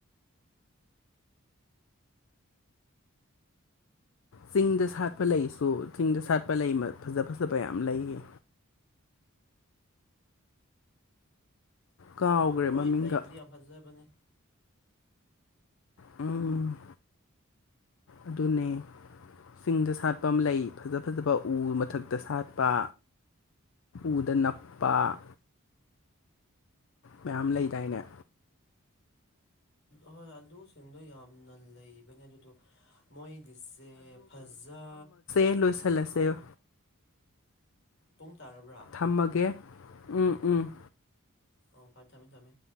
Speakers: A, on the left (about 70°); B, on the left (about 55°).
A: ꯆꯤꯡꯗ ꯁꯥꯠꯄ ꯂꯩꯁꯨ ꯆꯤꯡꯗ ꯁꯥꯠꯄ ꯂꯩ ꯃ ꯐꯖ ꯐꯖꯕ ꯌꯥꯝ ꯂꯩꯌꯦ ꯀꯥꯎꯈ꯭ꯔꯦ
B: ꯑꯣꯍꯣꯏ
A: ꯃꯃꯤꯡꯒ
B: ꯂꯩꯕꯨꯗꯤ ꯌꯥꯝ ꯐꯖꯕꯅꯦ
A: ꯎꯝ ꯑꯗꯨꯅꯦ ꯆꯤꯡꯗ ꯁꯥꯠꯄ ꯑꯝꯂꯩ ꯐꯖ ꯐꯖꯕ ꯎ ꯃꯊꯛꯇ ꯁꯥꯠꯄ ꯎꯗ ꯅꯞꯄ ꯃꯌꯥꯝ ꯂꯩꯗꯥꯏꯅꯦ
B: ꯍꯣꯏ ꯑꯗꯨꯁꯤꯡꯗꯣ ꯌꯥꯝꯅ ꯂꯩꯕꯅꯦ ꯑꯗꯨꯗꯣ ꯃꯣꯏꯒꯤꯁꯦ ꯐꯖ
A: ꯑꯦ ꯂꯣꯏꯁꯤꯜꯂꯁꯦ
B: ꯄꯨꯡ ꯇꯥꯔꯕ꯭ꯔꯥ
A: ꯊꯝꯃꯒꯦ ꯎꯝ ꯎꯝ
B: ꯑꯣ ꯐꯔꯦ ꯊꯝꯃꯦ ꯊꯝꯃꯦ